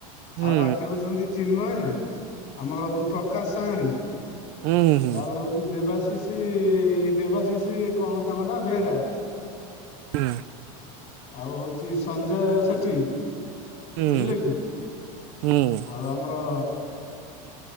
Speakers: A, on the right; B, on the left.
A: ହୁଁ
B: ଆଉ ବାକି ହଉଚନ୍ତି ଚିନ୍ମୟ ଆମର ଆଉ ପ୍ରକାଶ ସାହାଣୀ।
A: ହୁଁ ହୁଁ
B: ତାପରେ ହଉଚି ଦେବାଶିଷି ଦେବାଶିଷି କଣ ତାଙ୍କ ନା ବେହେରା?
A: ହୁଁ।
B: ଆଉ ହଉଛି ସଞ୍ଜୟ ସେଠି।
A: ହୁଁ
B: ବୁଝିଲେ କି?
A: ହୁଁ
B: ଆଉ ଆ ମୋର